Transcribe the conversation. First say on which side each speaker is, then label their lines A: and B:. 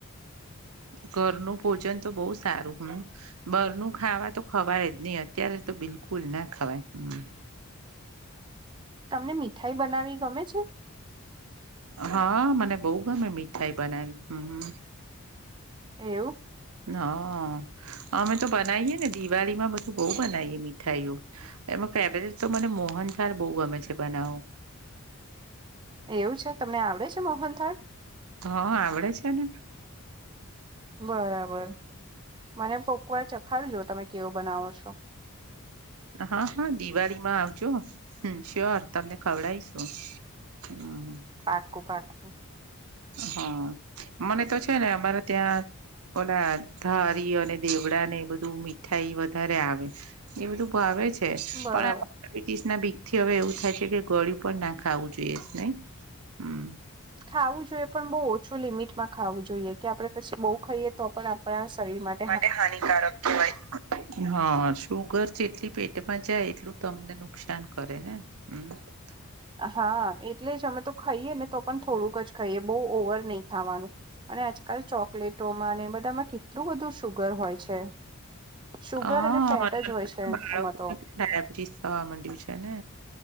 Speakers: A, on the right (about 80°); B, on the right (about 20°).
A: ઘરનું ભોજન તો બહુ સારું હમ બારનું ખાવા તો ખવાય જ નહી અત્યારે તો બિલકુલ ના ખવાય હમ
B: તમને મીઠાઈ બનાવવી ગમે છે?
A: હા મને બહુ ગમે મીઠાઈ બનાવવી હમ
B: એવું?
A: હા અમે તો બનાવીએ ને દિવાળીમાં બધું બહુ બનાવીએ મીઠાઈઓ એમાં ફેવરિટ તો મને મોહનથાળ બહુ ગમે છે બનાવવો
B: એવું છે તમને આવડે છે મોહનથાળ?
A: હા આવડે છે ને!
B: બરાબર મને કોકવાર ચખાડજો તમે કેવો બનાવો છો
A: હા હા દિવાળીમાં આવજો હ શ્યોર તમને ખવડાઈશ. <inaudible>
B: પાકું પાકું
A: હા મને તો છે ને અમારે ત્યાં ઓલા ધારી અને દેવડાને એ બધું મીઠાઈ વધારે આવે, એ બધું ભાવે છે. <inaudible> <unintelligible>
B: બરાબર
A: ના બીકથી હવે એવું થાય છે કે ગળ્યું પણ ના ખાવું જોઈએ નહી. હમ
B: ખાવું જોઈએ પણ બહુ ઓછું લિમિટમાં ખાવું જોઈએ કે, આપણેે પછી બહુ ખાઈએ તો પણ આપણા શરીર માટે.
A: માટે હાનિકારક કહેવાય. હા સુુગર જેટલી પેટમાં જાય એટલું તમને નુકસાન કરે ને! <inaudible>
B: હા એટલે જ અમે તો ખાઈએ ને તો પણ થોડુંક જ ખાઈએ બહુ ઓવર નહી ખાવાનું. અને આજકાલ ચોકલેટોમાં ને એ બધામાં કેટલું બધું સુુગર હોય છે! સુુગર
A: હા
B: અને ફેટ
A: બાળકોને
B: જ હોય છે એમાં તો.
A: ડાયાબિટીસ થવા માંડ્યું છે ને